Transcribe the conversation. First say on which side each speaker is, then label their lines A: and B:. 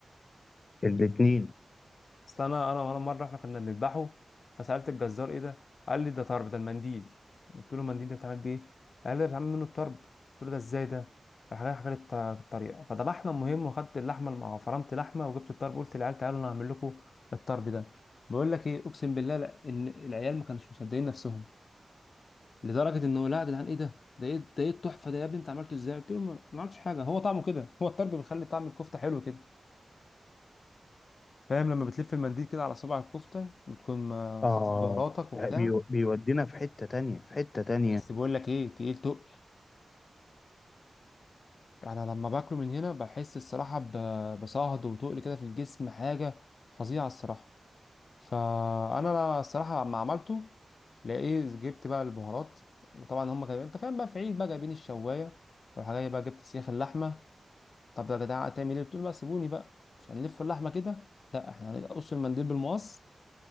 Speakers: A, on the left; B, on the left.
A: الاتنين
B: اصل انا انا انا مره احنا كنا بنذبحه فسالت الجزار ايه ده قال لي ده طرب ده المنديل قلت له المنديل ده بيتعمل بيه قال لي ده بيتعمل منه الطرب قلت له ده ازاي ده راح جاي حكى لي الط- الطريقه فذبحنا المهم وخدت اللحمه الم- فرمت لحمه وجبت الطرب قلت للعيال تعالوا انا هعمل لكم الطرب ده بقول لك ايه اقسم بالله لا ان العيال ما كانوش مصدقين نفسهم لدرجه ان هو لا يا جدعان ايه ده ده ايه ده ايه التحفه ده يا ابني انت عملته ازاي قلت له ما ما عملتش حاجه هو طعمه كده هو الطرب بيخلي طعم الكفته حلو كده فاهم لما بتلف المنديل كده على صباع الكفته وتكون ما-
A: اه
B: حاطط بهاراتك وبتاع
A: بيو- بيودينا في حته تانية في حته تانية
B: بس بقول لك ايه تقيل تقل انا لما باكله من هنا بحس الصراحه ب- بصهد وتقل كده في الجسم حاجه فظيعه الصراحه فانا الصراحه لما عملته لقيت جبت بقى البهارات وطبعا هم كانوا انت فاهم بقى في عيد بقى جايبين الشوايه والحاجه بقى جبت سيخ اللحمه طب يا جدعان هتعمل ايه بتقول بقى سيبوني بقى مش هنلف اللحمه كده لا احنا هنقص المنديل بالمقص